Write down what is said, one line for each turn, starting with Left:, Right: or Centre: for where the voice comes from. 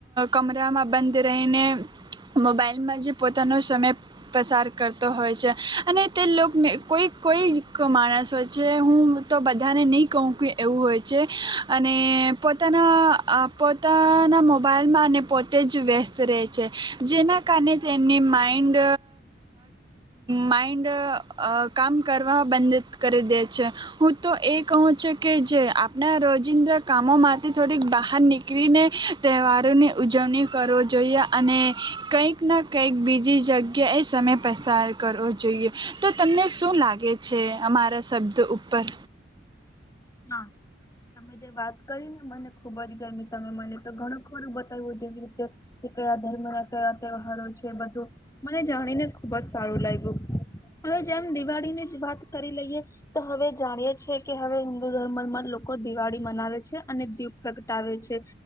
Right: કમરામાં બંધ રહીને મોબાઈલમાં જે પોતાનો સમય પસાર કરતો હોય છે અને તે લોકોને. કોઈક કોઈ માણસ હોય છે હું તો બધાને નહીં કહું ક એવું હોય છે અને પોતાના પોતાના મોબાઈલમાં અને પોતે જ વ્યસ્ત રહે છે જેના કારણે તેમની માઇન્ડ માઇન્ડ. કામ કરવા બંધ કરી દે છે હું તો એ કહું છું કે જે આપણા રોજિંદ્રા કામોમાંથી થોડીક બહાર નીકળીને તહેવારોની ઉજવણી કર જોઈએ અને કંઈક ના કંઈક બીજી જગ્યાએ સમય પસાર કરવો જોઈએ તો તમને. શું લાગે છે અમારા શબ્દ ઉપર?
Left: હા તમે જે વાત કરી ને મને ખુબ જ ગમ તમે મને તો ઘણું ખોરું બતાવ્યું જેવી રીતે. કયા ધર્મ ના ક તવારો છે બધું મને જાણીને ખુબ જ સારું લાગ્યું હવે જેમ દિવાળી ને જ વાત કરી લઈએ તો હવે જાણીએ કે હવે. હિન્દુ ધર્મમાં લોકો દિવાળી મનાવે છે અને દીપ પ્રગટ. આવે છે.